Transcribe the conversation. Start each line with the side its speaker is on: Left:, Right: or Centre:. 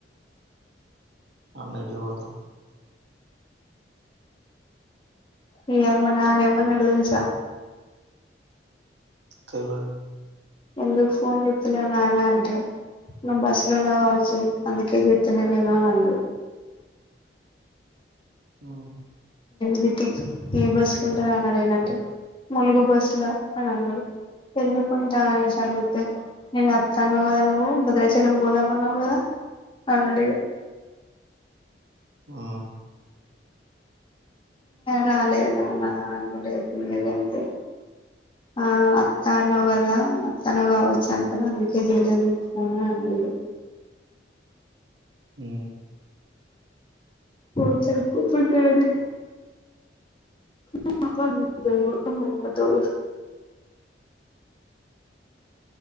Right: అన్నటి పోదు
Left: న అమ్మనాన ఏమన్నా అడుదులుసా
Right: చలో
Left: ఎందుకు ఫోన్ చెప్తులే నాన్న అంటే నువ్వు బస్సు లోన్నా కావచ్చు అందుకే చెప్తున్నా నేను అని అన్నాడు
Right: ఆ
Left: బితికి ఏ బస్సులు ఉంటా అనడలేనంటే ములుగు బస్సులా అని అన్నాడు ఎందుకుంటే అనేసి అడిగితే నేను అత్తా అన్నావు కదా నువ్వు భద్రాచల్యం పోదామన్నావు కదా అన్నాడ
Right: ఆ
Left: రాలేదు నాన్న అన్నడు అయి తినద అని ఆ అత్త అన్నో కదా అత్తనో కావచ్చు అనుకుని అందుకే చేయలేదు ఇను అన్నాడు
Right: హ
Left: పో చెపోతుండడి మ త